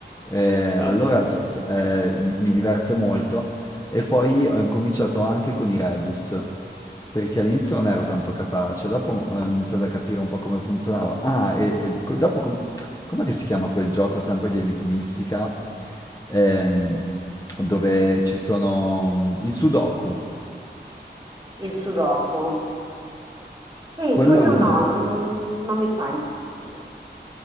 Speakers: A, on the left; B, on the right.
A: E allora
B: sì.
A: so- so- eh, mi mi diverte molto e poi ho incominciato anche con i rebus, perché all'inizio non ero tanto capace, dopo eh, ho iniziato a capire un po' come funzionava. Ah, e, e co- dopo com- com'è che si chiama quel gioco sempre di enigmistica? Ehm, dove ci sono mm, il Sudoku.
B: Il sudoku. Sì,
A: Quello
B: quello
A: non...
B: no, non, non mi fa impazzire.